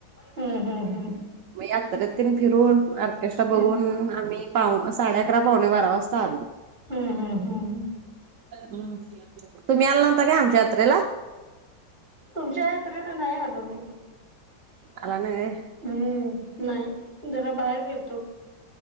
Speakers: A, on the right; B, on the right.
A: हं, हं, हं.
B: मग यात्रेतेन फिरून ऑर्केस्ट्रा
A: हं.
B: बगुन आमी पाउन साडे अकरा पावणे बारा वासता आलो
A: हम हम हम हम
B: तुमी आल नव्हता काय आमच्या यात्रेला
A: तुमच्या यात्रेला नइ आलो मी
B: अला नइ वय
A: हम्म नाय जरा बाहेर गेल